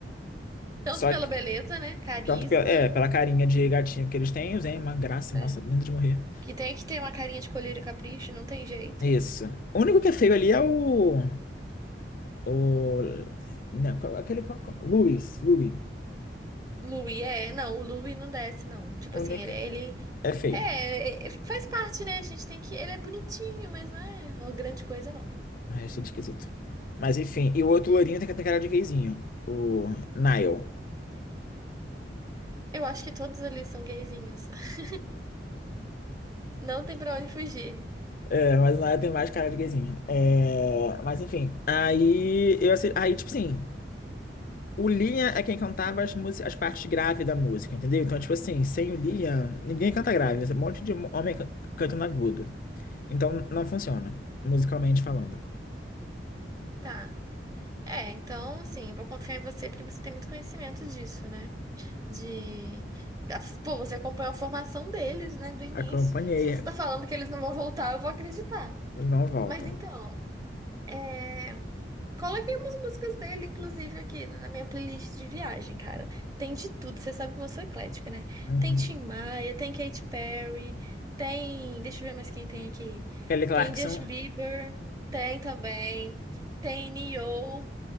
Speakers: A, on the right; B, on the left.
A: Tanto
B: Só
A: pela
B: que,
A: beleza, né? Carisma.
B: tanto pela, é, pela carinha de gatinho que eles têm, o Zayn é uma graça,
A: é.
B: nossa, lindo de morrer.
A: Que tem que ter uma carinha de colírio e capricho, não tem jeito.
B: Isso. O único que é feio ali é o. O. Não, qual- aquele. qual- qual- Louis, Louis.
A: Louis é, não, o Louis não desce, não. Tipo
B: O
A: assim,
B: único
A: ele,
B: que
A: ele
B: é feio.
A: é, é, faz parte, né? A gente tem que. Ele é bonitinho, mas não é uma grande coisa, não.
B: Ah, Achei ele esquisito. Mas enfim, e o outro loirinho tem, tem cara de gayzinho. O Niall.
A: Eu acho que todos ali são gayzinhos. <laughs> Não tem pra onde fugir.
B: É, mas o Niall tem mais cara de gayzinho. É, mas enfim, aí eu assi- aí tipo assim, o Liam é quem cantava as, mús- as partes graves da música, entendeu? Então tipo assim, sem o Liam, ninguém canta grave, é um monte de homem can- cantando agudo. Então não funciona, musicalmente falando.
A: Tá. É, então, assim, eu vou confiar em você porque você tem muito conhecimento disso, né? De. da- Pô, você acompanha a formação deles, né? Do início.
B: Acompanhei,
A: Se você tá falando que eles não vão voltar, eu vou acreditar.
B: não voltam.
A: Mas então, é... coloquei umas músicas dele, inclusive, aqui né, na minha playlist de viagem, cara. Tem de tudo, você sabe que eu sou eclética, né?
B: Uhum.
A: Tem Tim Maia, tem Katy Perry, tem. Deixa eu ver mais quem tem aqui.
B: Kelly Clarkson,
A: Tem Justin Bieber, tem também. Tem Nio,